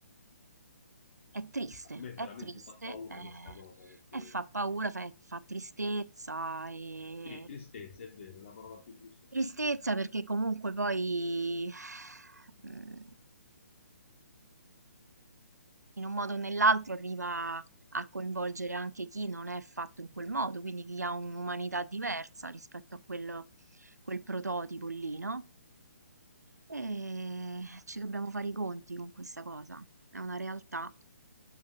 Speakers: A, on the right (about 90°); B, on the left (about 50°).
A: È triste,
B: a me veramente
A: è triste,
B: fa paura
A: eh,
B: questa cosa perché
A: e fa paura, fa, fa tristezza, e...
B: sì, tristezza è vero, la parola più giusta è
A: tristezza
B: tristezza.
A: perché comunque poi mm, in un modo o nell'altro arriva a coinvolgere anche chi non è fatto in quel modo, quindi chi ha un'umanità diversa rispetto a quello, quel prototipo lì, no? E ci dobbiamo fare i conti con questa cosa, è una realtà.